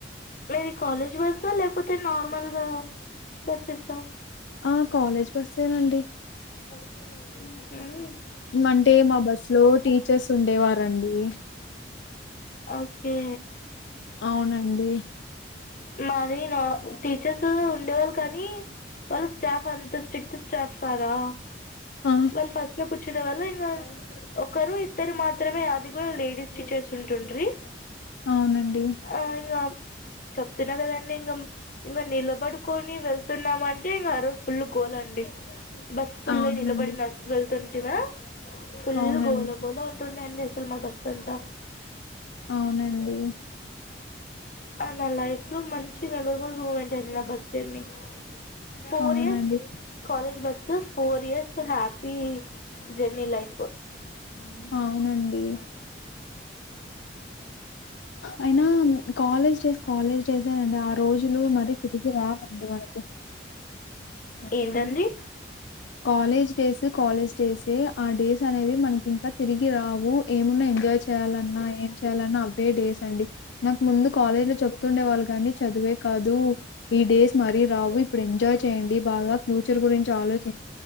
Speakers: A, on the left; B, on the left.
A: మీది కాలేజ్ బస్ లేకపోతే నార్మల్ గా బస్సెసా
B: ఆ కాలేజ్ బస్సెనండి
A: అవునా
B: అంటే మా బస్సు లో టీచర్స్ ఉండేవారండి
A: ఓకే
B: అవునండి
A: మాది నా టీచర్స్ ఉండేవాళ్ళు కానీ వాళ్ళు స్టాఫ్ అంతా స్ట్రిక్ట్ స్టాఫ్ కదా
B: ఆ
A: వాళ్ళు ఫస్ట్ లో కూర్చునే వాళ్ళు ఇంగా ఒకరు ఇద్దరు మాత్రమే అది కూడా లేడీస్ టీచర్స్ ఉంటుండిరి
B: అవునండి
A: అయినామ్ చెప్తున్నా కదండి ఇంగా ఇంకా నిలబడుకొని వెళ్తున్నాము అంటే ఇంకా ఆ రోజు ఫుల్ గోలా అండి బస్సు ఫుల్
B: అవునండి
A: అయ్ నిలబడి వెళ్తుంటిమా ఫుల్
B: అవునండి
A: గోలా గోలా ఉంటుండే అండి అసలు మా బస్సు అంత
B: అవునండి
A: నా లైఫ్ లో మంచి మెమరబుల్ మూమెంట్ అండి నా బస్ జర్నీ ఫోర్
B: అవునండి
A: ఇయర్స్ college bus so four years నా హ్యాపీ జెర్నీ లైఫ్ లేదు ఏవరు
B: అవునండి
A: చెప్పారు
B: అయినా కాలేజ్ లో కాలేజ్ డేసేనండి ఆ రోజులు మరీ తిరిగి రావండి మనకు
A: ఏంటండి
B: కాలేజ్ డేస్ కాలేజ్ డేస్ ఆ డేస్ అనేవి మనకి ఇంకా తిరిగి రావు ఏమున్నా ఎంజాయ్ చేయాలన్నా ఏం చెయాలన్నా అవే డేస్ అండి నాకు ముందు కాలేజ్ లో గుర్తుండే వాళ్ళు కానీ చదివే కాదు ఈ డేస్ మరీ రావు ఇప్పుడు ఎంజాయ్ చేయండి బాగా ఫ్యూచర్ గురించి ఆలోచ